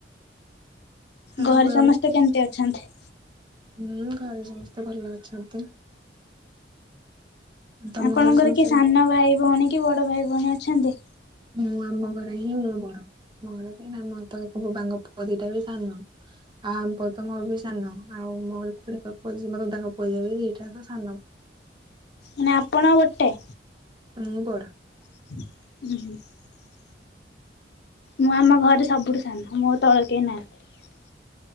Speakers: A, on the right; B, on the left.
A: ଆଉ
B: ଘରେ ସମସ୍ତେ
A: ଆଉ
B: କେମତି ଅଛନ୍ତି?
A: ହୁଁ ଘରେ ସମସ୍ତେ ଭଲ ଅଛନ୍ତି। ତମ
B: ଆପଣଙ୍କର
A: ଘରେ ସମସ୍ତେ
B: କିଏ ସାନ ଭାଇ ଭଉଣୀ କି ବଡ଼ ଭାଇ ଭଉଣୀ ଅଛନ୍ତି?
A: ମୁଁ ଆମ ଘରେ ହିଁ ମୁଁ ବଡ। ମୋର କେହି <unintelligible> ପୁଅ ଦିଟା ବି ସାନ। ଆଉ ଆମ ପୁଅ ବି ମୋଠୁ ସାନ। ଆଉ ମୋ ଖୁଡି ଙ୍କ ପୁଅଝିଅ ମୋ ଦାଦା ଙ୍କ ପୁଅଝିଅ ବି ସାନ।
B: ମାନେ ଆପଣ ଗୋଟେ?
A: ହୁଁ ବଡ।
B: <inaudible> ମୁଁ ଆମ ଘରେ ସବୁଠୁ ସାନ। ମୋ ତଳେ କେହି ନାହାଁନ୍ତି।